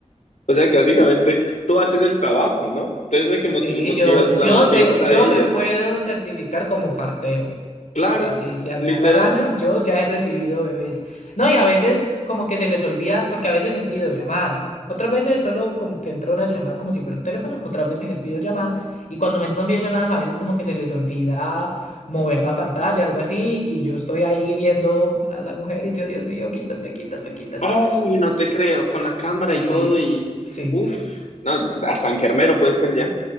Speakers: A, on the left; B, on the left.
A: O sea que básicamente tú haces el trabajo, ¿no? Tú eres la que moti-
B: Sí,
A: motivas,
B: yo, yo
A: la motivas
B: te,
A: a
B: yo
A: ella.
B: me puedo certificar como partero. O
A: Claro,
B: sea, si ya
A: literal.
B: me da la gana, yo ya he recibido bebés. No, y a veces como que se les olvida, porque a veces es videollamada. Otras veces es solo como que entra una llamada como si fuera un teléfono, otras veces es videollamada. Y cuando me entran videollamadas, a veces como que se les olvida mover la pantalla, algo así. Y yo estoy ahí viendo a la mujer y yo, Dios mío, quítame, quítame, quítame.
A: Ay, no te creo, con la cámara
B: Y
A: y todo y...
B: sí,
A: Uf,
B: sí.
A: no, hasta enfermero puede ser ya.